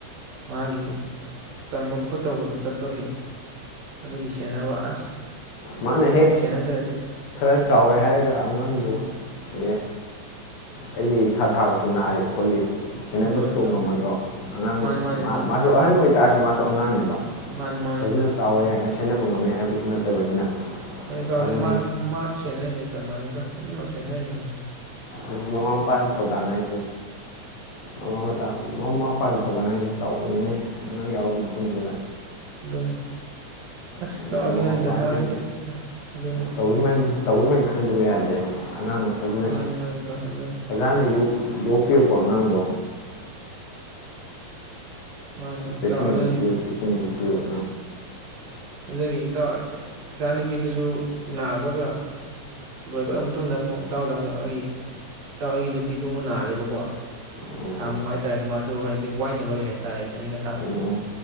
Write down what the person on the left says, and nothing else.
ꯃꯥꯅ
ꯍꯦꯛ
ꯈꯔ ꯆꯥꯎꯔꯦ ꯍꯥꯏꯔꯒ ꯑꯉꯥꯡꯕꯨ
ꯑꯦ ꯑꯩꯒꯤ ꯏꯈꯥ ꯊꯥꯕꯁꯤ ꯅꯥꯔꯤ ꯈꯣꯠꯂꯤ ꯁꯦꯟꯅꯕꯁꯨ
ꯇꯣꯛ
ꯉꯝꯃꯣꯏꯗꯣ ꯑꯉꯥꯡ
ꯃꯥꯁꯨ
ꯑꯍꯟ ꯑꯣꯏꯇꯥꯔꯁꯨ ꯃꯥꯁꯨ ꯑꯉꯥꯡꯅꯦꯕ
ꯐꯖꯅ
ꯆꯥꯎꯔꯦ ꯍꯥꯏꯅ ꯁꯦꯟꯅꯕ ꯉꯝꯃꯦ ꯍꯥꯏꯕꯁꯨ ꯁꯨ ꯅꯠꯇꯕꯅꯤꯅ
ꯑꯗꯨꯅꯤ
ꯑꯗꯨ ꯃꯃꯥ ꯃꯄꯥ ꯊꯧꯗꯥꯡ ꯍꯥꯏꯔꯤꯁꯦ ꯃꯃꯥ ꯃ ꯃ ꯏꯄꯥꯒꯤ ꯊꯧꯗꯥꯡ ꯍꯥꯏꯁꯦ ꯆꯥꯎꯕꯅꯤꯅꯦ ꯑꯉꯥꯡ ꯌꯥꯎꯕ ꯃꯇꯨꯡꯁꯤꯗ
ꯑꯗꯨꯅ
ꯃꯃꯥ
ꯃꯄꯥꯒꯤ
ꯇꯧꯔꯤꯃꯟ ꯇꯧꯔꯤꯃꯟ ꯈꯪꯗꯕ ꯌꯥꯗꯦ ꯑꯉꯥꯡ ꯐꯖꯅ
ꯐꯖꯥꯅ ꯌ ꯌꯣꯛꯄꯤꯌꯨ ꯀꯣꯛ ꯑꯉꯥꯡꯗ
ꯆꯦꯁꯅꯉꯕꯤꯌꯨ
ꯆꯦꯁꯅꯕ
ꯑꯣ
ꯑꯣ ꯑꯣ